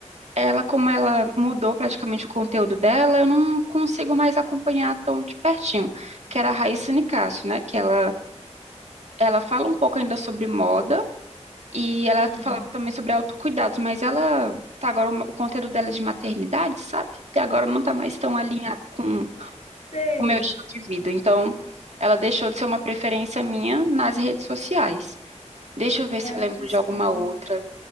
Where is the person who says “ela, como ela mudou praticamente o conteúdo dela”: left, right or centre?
Right